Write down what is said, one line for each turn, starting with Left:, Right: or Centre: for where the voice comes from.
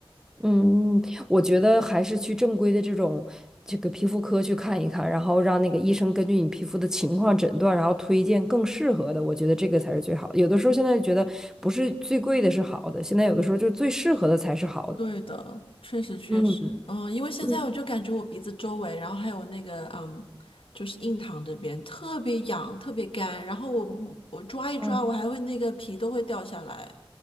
Centre: 嗯，嗯，我觉得还是去正规的这种这个皮肤科去看一看，然后让那个医生根据你皮肤的情况诊断，然后推荐更适合的。我觉得这个才是最好的。有的时候现在觉得不是最贵的是好的，现在有的时候就最适合的才是好的。
Left: 对的，确实确实，
Centre: 嗯
Left: 嗯，因为现在我就感觉我鼻子周围，
Centre: 嗯
Left: 然后还有那个，嗯，就是印堂这边特别痒，特别干，然后我我抓一抓，
Centre: 哦
Left: 我还会那个皮都会掉下来，